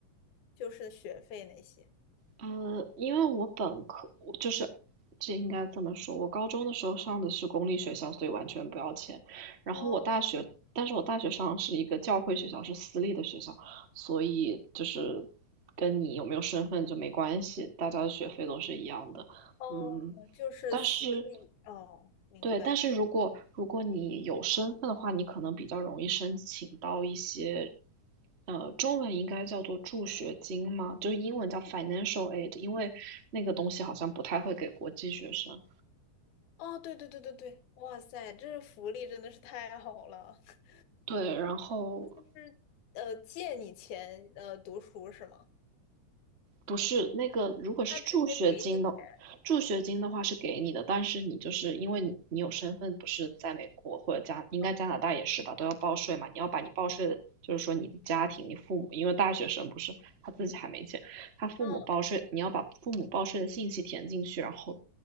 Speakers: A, on the left (about 75°); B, on the right (about 45°).
A: 就是学费那些。
B: 呃，因为我本科我就是这应该这么说，我高中的时候上的是公立学校，所以完全不要钱。然后我大学，
A: 哦
B: 但是我大学上的是一个教会学校，是私立的学校，所以就是跟你有没有身份就没关系，大家的学费都是一样的。
A: 哦，
B: 嗯，
A: 就是私立。
B: 但是
A: 哦，明白。
B: 对，但是如果如果你有身份的话，你可能比较容易申请到一些，呃，中文应该叫做助学金吗？就是英文叫 financial aid，因为那个东西好像不太会给国际学生。
A: 哦，对对对对对，哇塞，这福利真的是太好了。<laughs>
B: 对，然后
A: 那就是呃，借你钱呃读书是吗？
B: 不是那个，如果是助学金的，
A: 他直接给你钱。
B: 助学金的话是给你的，但是你就是因为你你有身份，不是在美国或者加，应该加拿大也是吧，
A: 嗯，
B: 都要报税嘛。你要把你报税的，就是说你的家庭、你父母，因为大学生不是他自己还没钱，他父母报税，
A: 嗯
B: 你要把父母报税的信息填进去，然后